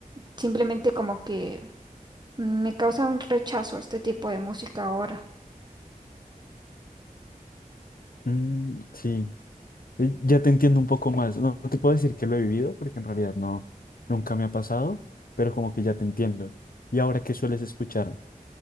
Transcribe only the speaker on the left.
Mm, sí, Eh, ya te entiendo un poco más. No, no te puedo decir que lo he vivido porque en realidad no, nunca me ha pasado, pero como que ya te entiendo. ¿Y ahora qué sueles escuchar?